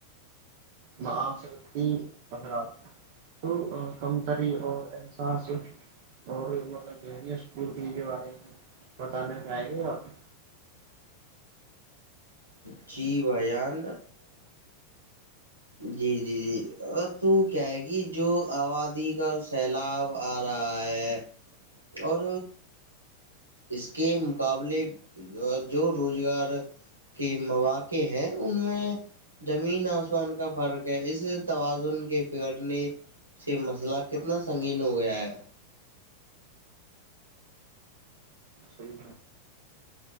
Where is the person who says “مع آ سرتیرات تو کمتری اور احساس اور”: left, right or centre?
Right